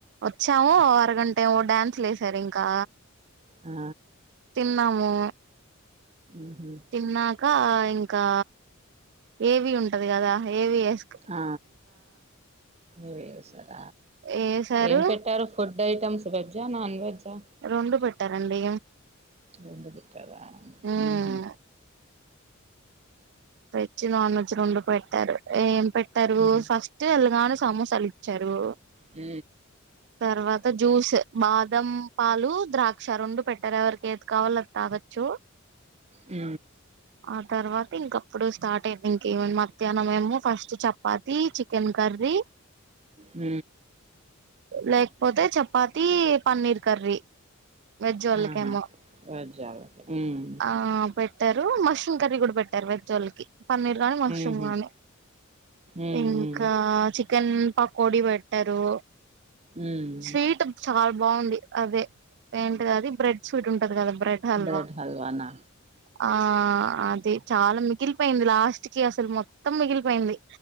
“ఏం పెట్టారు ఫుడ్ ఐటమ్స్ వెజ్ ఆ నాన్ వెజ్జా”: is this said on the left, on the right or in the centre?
Right